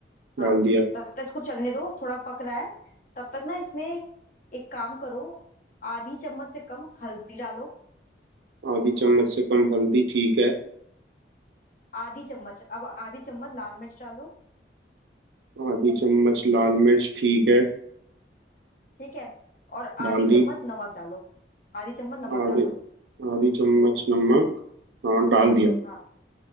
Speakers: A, on the left; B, on the right.
A: हाँ
B: डाल दिया
A: तब तक इसको चलने दो थोड़ा पक रहा है तब तक ना इसमें एक काम करो आधी चम्मच से कम हल्दी डालो
B: आधी चम्मच से कम हल्दी ठीक है
A: आधी चम्मच अब आधी चम्मच लाल मिर्च डालो
B: आधी चम्मच लाल मिर्च ठीक है
A: ठीक है और
B: डाल
A: आधी
B: दी
A: चम्मच नमक डालो आधी चम्मच नमक
B: आधे
A: डालो
B: आधी चम्मच नमक हाँ डाल दिया
A: हाँ